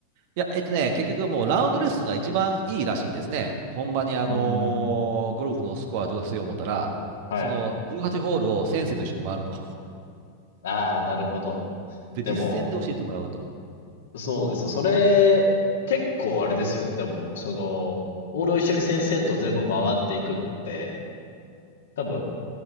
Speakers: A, on the right; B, on the left.
A: いや、えっとね、結局もうラウンドレッスンが一番いいらしいんですね。ほんまにあの
B: うん。
A: ーゴルフのスコア上達を思ったら、
B: はい。
A: その18ホールを先生と一緒に回ると。
B: ああ、なるほど。
A: で、
B: でも、
A: 実践で教えてもらうと。
B: そうです。それ、結構あれですよね。でも、その、オールを一緒に先生と全部回っていくって、多分、